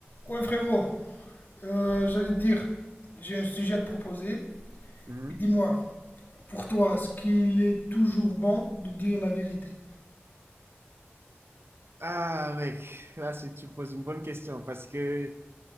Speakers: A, on the left; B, on the right.
A: Ouais, frérot, euh, j'allais te dire, j'ai un sujet à te proposer.
B: Mhm.
A: Dis-moi, pour toi, est-ce qu'il est toujours bon de dire la vérité?
B: Ah, mec, là, c'est- tu me poses une bonne question parce que